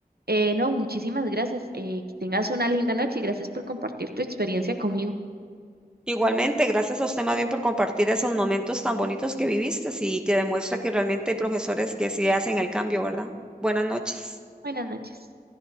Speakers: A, on the right (about 80°); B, in the centre.
A: Eh, no, muchísimas gracias. Eh, que tengas una linda noche y gracias por compartir tu experiencia conmigo.
B: Igualmente, gracias a usted más bien por compartir esos momentos tan bonitos que viviste y que demuestra que realmente hay profesores que sí hacen el cambio, ¿verdad? Buenas noches.
A: Buenas noches.